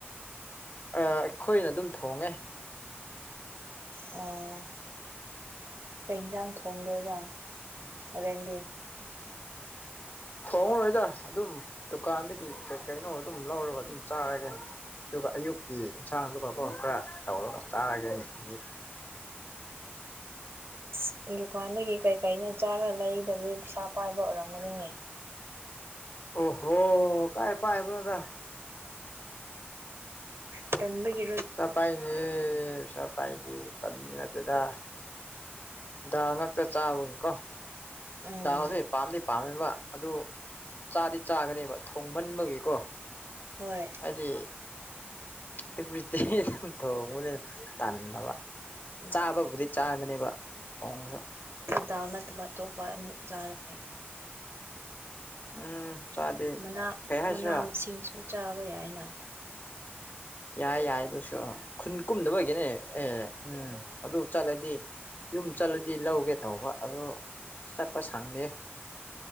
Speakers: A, on the left; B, on the right.
A: ꯑꯩꯈꯣꯏꯅ ꯑꯗꯨꯝ ꯊꯣꯡꯉꯦ
B: ꯑꯣ
A: ꯂ
B: ꯀꯩ ꯌꯦꯟꯖꯥꯡ ꯊꯣꯡꯗꯣꯏꯕ ꯍꯣꯔꯦꯟꯗꯤ
A: ꯊꯣꯡꯔꯣꯏꯗ ꯑꯗꯨꯝ ꯗꯨꯀꯥꯟꯗꯒꯤ ꯀꯩ ꯀꯩꯅꯣ ꯑꯗꯨꯝ ꯂꯧꯔꯒ ꯑꯗꯨꯝ ꯆꯥꯔꯒꯦ ꯑꯗꯨꯒ ꯑꯌꯨꯛꯀꯤ ꯏꯟꯁꯥꯡ ꯑꯗꯨꯒ ꯈꯔ ꯇꯧꯔꯒ ꯆꯥꯔꯒꯦ ꯍꯧꯖꯤꯛ
B: ꯑꯁ ꯗꯨꯀꯥꯟꯗꯒꯤ ꯀꯔꯤ ꯀꯔꯤꯅꯣ ꯆꯥꯔ ꯂꯩꯗꯕꯗꯤ ꯄꯩꯁꯥ ꯄꯥꯏꯕ ꯑꯣꯏꯔꯝꯒꯅꯤꯅꯦ
A: ꯑꯣꯍꯣ ꯀꯥꯏ ꯄꯥꯏꯕꯅꯣꯗ
B: ꯇꯟꯕꯒꯤ
A: ꯄꯩꯁꯥ ꯄꯥꯏꯔꯤꯌꯦ ꯄꯩꯁꯥ ꯄꯥꯏꯔꯤꯌꯦ ꯇꯟꯃꯤ ꯅꯠꯇꯦꯗ ꯗꯥꯜ ꯉꯛꯇ ꯆꯥꯕꯒꯤꯀꯣ
B: ꯎꯝ
A: ꯗꯥꯜꯁꯦ ꯄꯥꯝꯗꯤ ꯄꯥꯝꯃꯦꯕ ꯑꯗꯨ ꯆꯥꯗꯤ ꯆꯥꯒꯅꯦꯕ ꯊꯣꯡ ꯃꯟꯕꯒꯤꯀꯣ
B: ꯍꯣꯏ
A: ꯑꯗꯤ <unintelligible> ꯊꯣꯡꯕꯅꯦ ꯇꯟꯗꯕ
B: ꯎꯝ
A: ꯆꯥꯕꯕꯨꯗꯤ ꯆꯥꯒꯅꯦꯕ ꯊꯣꯡꯁꯨ
B: ꯗꯥꯜ ꯅꯠꯇꯕ ꯑꯇꯣꯞꯄ ꯑꯃꯨꯛ ꯆꯥꯔꯅꯤ
A: ꯎꯝ ꯆꯥꯗꯦ
B: ꯅꯥ
A: ꯀꯩ ꯍꯥꯏꯁꯤꯔꯥ
B: ꯃꯅꯥ ꯃꯁꯤꯡꯁꯨ ꯆꯥꯕ ꯌꯥꯏꯅ
A: ꯌꯥꯏ ꯌꯥꯏ ꯑꯗꯨꯁꯨ ꯈꯨꯟ ꯀꯨꯝꯗꯕꯒꯤꯅꯦ ꯑꯦ ꯎꯝ ꯑꯗꯨ ꯆꯠꯂꯗꯤ ꯌꯨꯝ ꯆꯠꯂꯗꯤ ꯂꯧꯒꯦ ꯇꯧꯕ ꯑꯗꯣ ꯆꯠꯄ ꯁꯪꯗꯦ